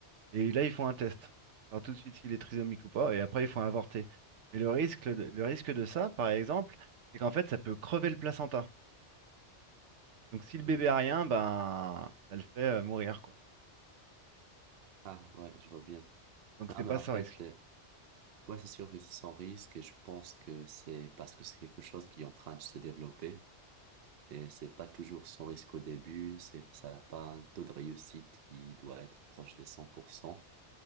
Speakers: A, on the right (about 85°); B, on the right (about 60°).
A: Et là, ils font un test pour savoir tout de suite s'il est trisomique ou pas, et après, ils font avorter. Mais le risque, de- le risque de ça, par exemple, c'est qu'en fait, ça peut crever le placenta. Donc, si le bébé
B: Hmm.
A: a rien, ben, ça le fait euh, mourir, quoi.
B: Ah, ouais, je vois bien.
A: Donc,
B: Non,
A: c'est
B: mais
A: pas
B: en
A: ça,
B: fait...
A: risque.
B: euh, Ouais, c'est sûr que c'est sans risque et je pense que c'est parce que c'est quelque chose qui est en train de se développer et c'est pas toujours sans risque au début, c'est, ça n'a pas un taux de réussite qui doit être proche des 100%.